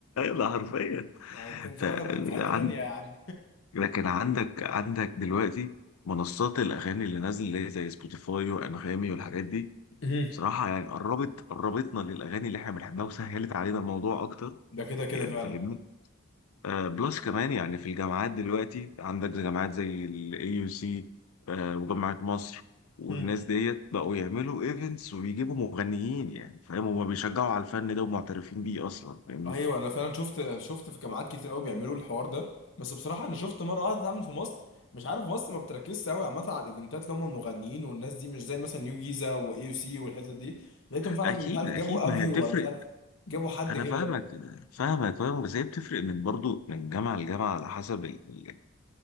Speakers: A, on the left; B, on the left.
A: ده حرفيا
B: يعني كان زمان
A: ف
B: اكون في حته
A: عن-
B: تانية يا عم
A: لكن عندك عندك دلوقتي منصات الاغاني اللي نازله اللي هي زي سبوتيفاي وانغامي والحاجات دي
B: مهم.
A: بصراحة يعني قربت قربتنا للأغاني اللي احنا بنحبها وسهلت علينا الموضوع أكتر
B: ده كده كده
A: يعني
B: فعلا
A: فاهمني آه بلس كمان يعني في الجامعات دلوقتي عندك زي جامعات زي ال AUC آه وجامعة مصر والناس
B: مهم.
A: ديت بقوا يعملوا ايفنتس وبيجيبوا مغنيين يعني فاهم هما بيشجعوا على الفن ده ومعترفين بيه أصلا فاهمني
B: ايوه انا فعلا شفت شفت في جامعات كتير قوي بيعملوا الحوار ده بس بصراحه انا شفت مره واحده اتعمل في مصر مش عارف مصر ما بتركزش قوي عامه على الايفنتات اللي هم المغنيين والناس دي مش زي مثلا نيو جيزه واي سي والحتت دي لقيتهم فعلا
A: أكيد
B: مش عارف
A: أكيد
B: جابوا
A: ما
B: افيو
A: هي بتفرق
B: ولا مش عارف جابوا حد
A: أنا
B: كده
A: فاهمك فاهمك فاهم بس هي بتفرق من برضو من جامعة لجامعة على حسب ال- ال-